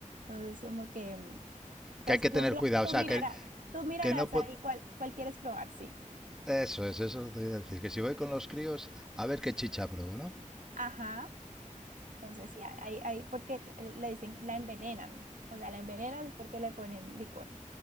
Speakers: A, on the right (about 70°); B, in the centre.
A: Entonces, como que, mm, pues
B: Que hay que
A: tú,
B: tener
A: ya-
B: cuidado.
A: tú
B: O sea,
A: mirarás,
B: que,
A: tú mirarás
B: que no... po-
A: ahí cuál, cuál quieres probar, sí.
B: Eso es, eso es lo que te iba a decir. Que si voy con los críos, a ver qué chicha pruebo, ¿no?
A: Ajá. Entonces, sí, hay, hay, porque le dicen, la envenenan. O sea, la envenenan es porque le ponen licor.